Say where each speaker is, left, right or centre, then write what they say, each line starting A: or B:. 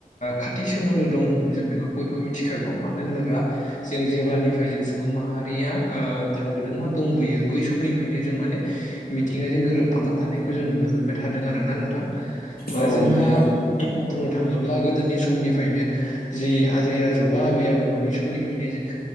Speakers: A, on the left; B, on the left.
A: खाथि ओ सोमोन्दो दं जों बेखौ बयबो मिथिखागौ मानो होनोबा जों जेब्लानिफ्राय जों सुबुं माहारिया ओ थाबोदों बा दंबोयो बै समनिफ्रायनो जों माने मिथिंगाजों गोरोबफाना थानायखौ जों नुनो मोनबाय थादों आरोना नोंथां। दा
B: औ
A: जोंहा
B: नोंथां औ
A: बुंनो थाङोब्ला गोदोनि समनिफ्रायनो जि आजै-आजौबा आबै-आबौमोननि समनिफ्रायनो जे